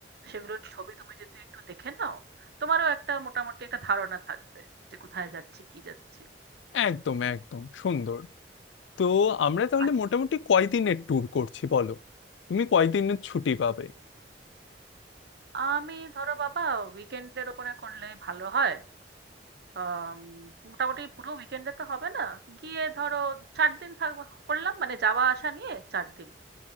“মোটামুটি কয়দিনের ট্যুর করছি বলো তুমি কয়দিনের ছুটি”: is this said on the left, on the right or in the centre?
Left